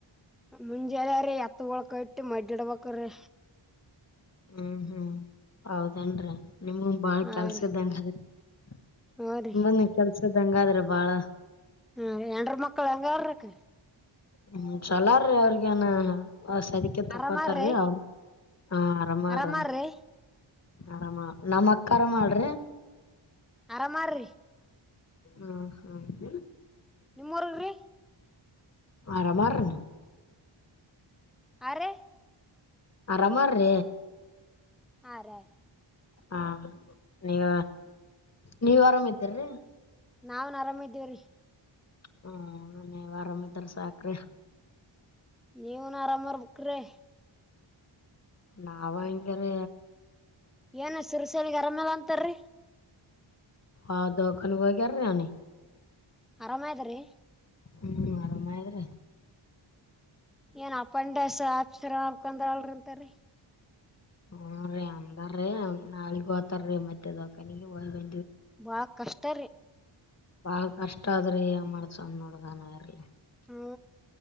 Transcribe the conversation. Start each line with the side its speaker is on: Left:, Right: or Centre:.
Centre: ಮುಂಜೆನ ರೀ ಹತ್ತ ಒಳಕ ಇಟ್ಟು ಮಜ ಇಡಬೇಕ್ರೀ
Left: ಹ್ಮ್ ಹ್ಮ್ ಹೌದೇನ್ರಿ ನಿಮ್ಗ ಬಾಳ
Centre: ಹಾ
Left: ಕೆಲ್ಸ
Centre: ರೀ
Left: ಇದ್ದಂಗ ಅದ <unintelligible>
Centre: ಹಾ ರೀ
Left: ಬನ್ನ ಕೆಲ್ಸದಂಗಾದ್ರೆ ಬಾಳ
Centre: ಹ್ಮ ಎಂಡರ ಮಕ್ಕಳ ಹೆಂಗಾರರುಕ್ಕ
Left: ಹ್ಮ ಚಲರೀ ಅವ್ರಗೇನ ಆ ಸರಿ ಅದಕ್ಕೆ ತಕೋತಾರೀ
Centre: ಆರಾಮಾರ್ರಿ
Left: ಅವನು ಹಾ ಆರಾಮಾರ
Centre: ಆರಾಮಾರ್ರಿ
Left: ಆರಾಮ ನಮ್ಮ್ ಅಕ್ಕ ಅರಾಮ ಮಾಳ್ರಿ
Centre: ಆರಾಮಾರ್ರಿ
Left: ಹ್ಮ ಹ್ಮ
Centre: ನಿಮ್ಮವರ್ಗ್ರೀ
Left: ಆರಾಮಾರ
Centre: ಆರೆ
Left: ಆರಾಮಾರ್ರ
Centre: ಹಾರಿ
Left: ಹಾ ನೀವ ನೀವ್ ಆರಾಮ್ದೀರಿ
Centre: ನಾವನ್ ಆರಾಮ್ದೀವ್ರೀ
Left: ಹ್ಮ ಅವರಾಮದರ್ ಸಾಕರೆ
Centre: ನೀವನ್ ಆರಾಮ ಇರ್ಬೇಕ್ರಿ
Left: ನಾವು ಅಂಗೇರಿ
Centre: ಏನ್ ಶ್ರೀಶೈಲಗಾಗ ಅರಾಮೇಲೆ ಅಂತಾರೀ
Left: ಆ ದವಾಖಾನೆ ಹೋಗ್ಯಾರಿ ಅವನಿಗೆ
Centre: ಆರಾಮ ಆಗದದ್ರೀ
Left: ಹ್ಮ್ ಆರಾಮ ಆಗೇದ
Centre: ಏನ್ ಅಪ್ಪಂಡಸ ಆಪ್ಸರ ಹಕಂದ್ರ ಅಲ್ರಿಂತರಿ
Left: ಹ ರೀ ಅಂದಾರೀ ನಾಳಗ್ ಹೋತಾರೀ ಮತ್ತ ದವಾಖಾನೆ ಹ
Centre: ಬಹಳ ಕಷ್ಟ ರೀ
Left: ಬಾಳ ಕಷ್ಟ ಆದ್ರಿ ಮಾಡಸಣ ನೋಡ್ಗಾನ ಇರ್ಲಿ
Centre: ಹ